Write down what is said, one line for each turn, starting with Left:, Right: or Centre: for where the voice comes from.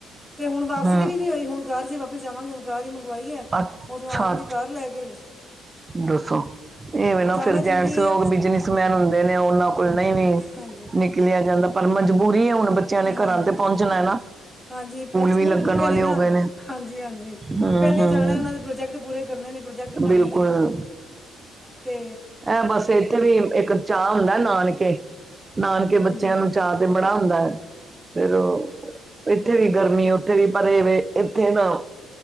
Centre: ਤੇ ਹੁਣ ਵਾਪਸੀ
Right: ਹਮ
Centre: ਦੀ ਵੀ ਨੀ ਹੋਈ, ਹੁਣ ਕਾਰ ਚ ਈ ਵਾਪਸ ਜਾਵਾਂਗੇ ਹੁਣ ਕਾਰ ਈ ਮੰਗਵਾਈ ਐ।
Right: ਅੱਛਾ।
Centre: ਘੱਰ ਲੈ ਗਏ।
Right: ਦੱਸੋ ਇਵੇਂ ਨਾ
Centre: ਜਾਣਾ
Right: ਫੇਰ
Centre: ਜ਼ਰੂਰੀ
Right: ਜੈਂਟਸ ਲੋਕ
Centre: ਹੈ
Right: ਬਿਜਨੇਸ ਮੈਨ ਹੁੰਦੇ ਨੇ ਓਨਾਂ ਕੋਲ ਨਈ ਵੀ
Centre: ਹਾਂਜੀ
Right: ਨਿਕਲੇਆ ਜਾਂਦਾ। ਪਰ ਮਜਬੂਰੀ ਏ ਹੁਣ ਬੱਚਿਆਂ ਨੇ
Centre: ਹਾਂਜੀ
Right: ਕਰਾਂ ਤੇ ਪੋਂਚਣਾ ਏ ਨਾ।
Centre: ਹਾਂਜੀ ਸਕੂਲ
Right: ਵੀ ਲੱਗਣ
Centre: ਖੁੱਲ ਕੇ
Right: ਵਾਲੇ
Centre: ਨੇ ਨਾ
Right: ਹੋ ਗਏ
Centre: ਹਾਂਜੀ-ਹਾਂਜੀ
Right: ਹਮ
Centre: ਪੈਲੇ
Right: ਹਮ
Centre: ਜਾਣਾ ਏਨਾਂ ਦੇ ਪ੍ਰੋਜੈਕਟ ਪੂਰੇ ਕਰਨੇ ਨੇ ਪ੍ਰੋਜੈਕਟ ਬਨਾਣੇ
Right: ਬਿਲਕੁਲ
Centre: ਨੇ ਤੇ
Right: ਐ ਬਸ ਏਥੇ ਵੀ ਇੱਕ ਚਾਹ ਹੁੰਦਾ ਨਾਨਕੇ ਨਾਨਕੇ
Centre: ਹਾਂਜੀ
Right: ਬੱਚਿਆਂ ਨੂੰ ਚਾਅ ਤੇ ਬੜਾ ਹੁੰਦਾ ਫਿਰ ਓ ਏਥੇ ਵੀ ਗਰਮੀ ਓਥੇ ਵੀ ਪਰ ਏਵੇ ਏਥੇ ਨਾ